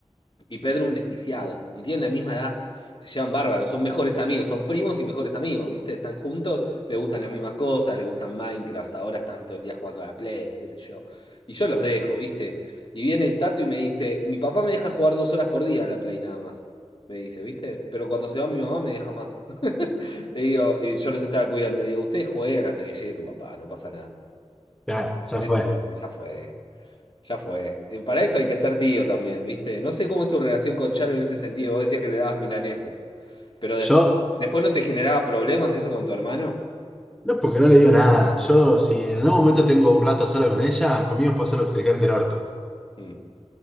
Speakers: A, on the left; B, in the centre.
A: Y Pedro un desquiciado. Y tienen la misma edad. Se llevan bárbaros. Son mejores amigos. Son primos y mejores amigos, ¿viste? Están juntos, le gustan las mismas cosas, le gustan Minecraft. Ahora están todo el día jugando a la Play, qué sé yo. Y yo los dejo, ¿viste? Y viene Tato y me dice, mi papá me deja jugar dos horas por día a la Play nada más. Me dice, ¿viste? Pero cuando se va mi mamá me deja más. <laughs> Le digo, y yo los estaba cuidando. Le digo, ustedes juegan hasta que llegue tu papá, no pasa nada.
B: Claro, ya
A: Métanle,
B: fue.
A: Ya fue. Ya fue. Eh, Para eso hay que ser tío también, ¿viste? No sé cómo es tu relación con Charo en ese sentido. Vos decías que le dabas milanesas. Pero después,
B: Yo,
A: después no te generaba problemas eso con tu hermano.
B: no porque no le digo nada. Yo, si en algún momento tengo un rato solo con ella, conmigo puedo hacer lo que se le cante el orto.
A: Mm.